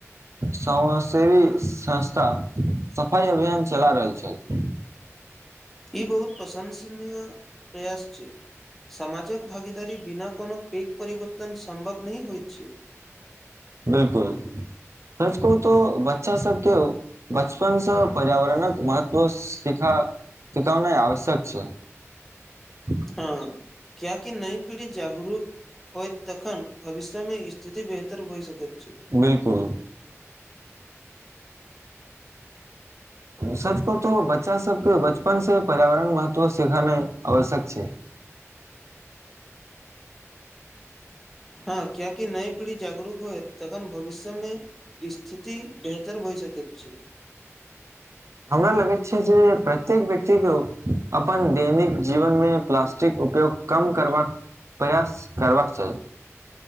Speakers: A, on the right; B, in the centre.
A: समा सेेवी संस्था सफाई अभियान चला रहल छै <unintelligible>
B: ई बहुत प्रशंसनीय प्रयास छै समाजक भागीदारी बिना कोनो पेेघ परिवर्तन सम्भव नहि होय छै
A: बिल्कुल सच कहुतो बच्चा सबके बचपनसँ पर्यावरणक महत्व सिखा सिखौने आवश्यक छै <unintelligible>
B: हँ कियाकि नई पीढ़ी जागरूक होयत तखन भविष्यमे स्थिति बेहतर भए सकैत छै
A: बिल्कुल सबको तो बच्चा सबके बचपन से पर्यावरण महत्व सिखानाइ आवश्यक छै <unintelligible>
B: हँ कियाकि नई पीढ़ी जागरूक होएत तखन भविष्य मे स्थिति बेहतर भ‌ए सकैत छै
A: <inaudible> हमरा लगैत छै जे प्रत्येक व्यक्तिके अपन दैनिक जीवनमे प्लास्टिक उपयोग कम करबाक प्रयास करबाक चाही